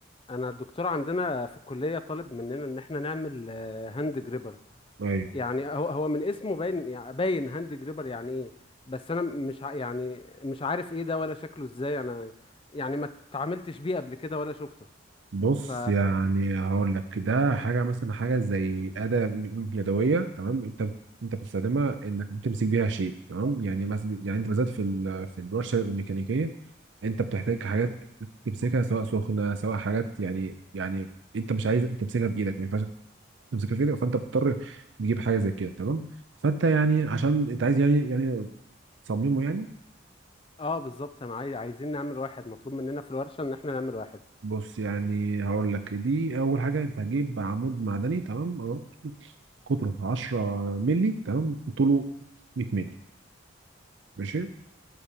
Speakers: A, on the left (about 25°); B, on the right (about 65°).
A: انا الدكتور عندنا في الكليه طالب مننا ان احنا نعمل آه، هاند جريبر
B: طيب
A: يعني هو هو من اسمه باين يعني باين هاند جريبر يعني ايه بس انا مش ع- يعني مش عارف ايه ده ولا شكله ازاي انا يعني ما اتعاملتش بيه قبل كده ولا شفته
B: بص
A: ف
B: يعني هقول لك ده حاجه مثلا حاجه زي اداه يدويه تمام انت انت بتستخدمها انك بتمسك بيها شيء تمام يعني مثلا يعني انت بالذات في ال- في الورشه الميكانيكيه انت بتحتاج حاجات تمسكها سواء سخنه سواء حاجات يعني يعني انت مش عايز تمسكها بايدك ما ينفعش تمسكها في ايدك فانت بتضطر تجيب حاجه زي كده تمام فانت يعني عشان انت عايز يعني يعني تصممه يعني
A: اه بالظبط انا عاي- عايزين نعمل واحد مطلوب مننا في الورشه ان احنا نعمل واحد
B: بص يعني هقول لك دي اول حاجه انت هتجيب عمود معدني تمام اهو قطره 10 مللي تمام وطوله 100 مللي ماشي